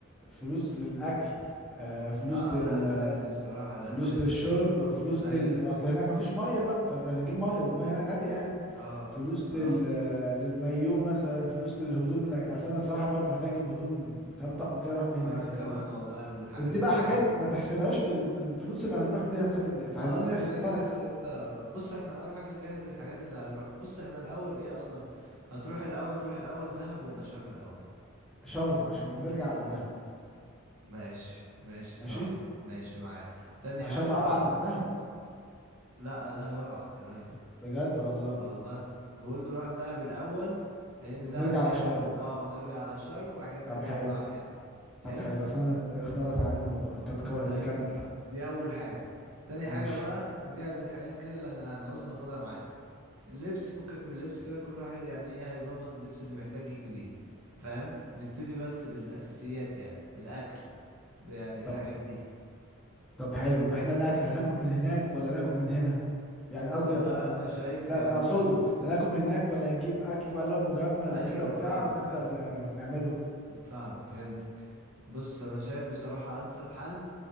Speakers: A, in the centre; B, on the right.
A: فلوس للاكل آه فلوس
B: اه
A: لل
B: ده اساسي بصراحة ده
A: فلوس
B: اساسي
A: للشرب فلوس
B: ايوه
A: لل اصل هناك مفيش ميه بقى فانت هتجيب ميه والميه هناك غاليه يعني
B: اه
A: فلوس
B: بصراحة
A: لل للمايو مثلا فلوس للهدوم اللي اصل انا الصراحه برضو محتاج اجيب هدوم كام طقم كده اروح بيه
B: وانا
A: هناك
B: كمان
A: فاهمني
B: والله الحاجات
A: بس دي
B: اللي
A: بقى حاجات
B: عندي
A: ما تحسبهاش بال... من الفلوس اللي هنروح بيها نسافر بيها فعايزين
B: اه ده
A: نحسب
B: كده
A: بقى
B: كده الستة بص احنا اول حاجة نجهز الحاجات اللي هنروح بص احنا الاول ايه اصلا هتروح الاول نروح الاول دهب ولا شرم الاول
A: شرم عشان نرجع على دهب
B: ماشي ماشي صح
A: ماشي
B: ماشي معايا تاني
A: ما
B: حاجة
A: شرم
B: بقى
A: ابعد من دهب
B: لا دهب ابعد يا ريس
A: بجد والله
B: والله انا بقول نروح دهب الاول لان
A: ونرجع
B: دهب فيها
A: لشرم
B: ال... اه ونرجع على شرم وبعد كده نرجع
A: طب حلو
B: بقى على هنا
A: طب
B: حلو
A: حلو اصلا اختلط علينا الموضوع طب كويس
B: ايوه
A: كمل
B: بقى. دي اول حاجه تاني
A: ماشي
B: حاجه بقى نجهز الحاجات كده اللي هن- هنعوز ناخدها معانا اللبس فكك من اللبس كده كل واحد يعني ايه هيظبط اللبس اللي محتاج يجي بيه فاهم نبتدي بس بالاساسيات يعني الاكل يعني
A: طب
B: الحاجات دي
A: طب حلو احنا الاكل هناكل من هناك ولا ناكل من هنا يعني قصدي
B: والله
A: آه، آه،
B: انا شايف
A: لا
B: يعني
A: لا اقصده هناكل من هناك ولا نجيب اكل بقى اللي هو مجمد
B: ايوه
A: وكده وبتاع
B: فاهمك
A: ونبدا
B: فاهم
A: ن- نعمله
B: فاهم فهمتك بص انا شايف بصراحة انسب حل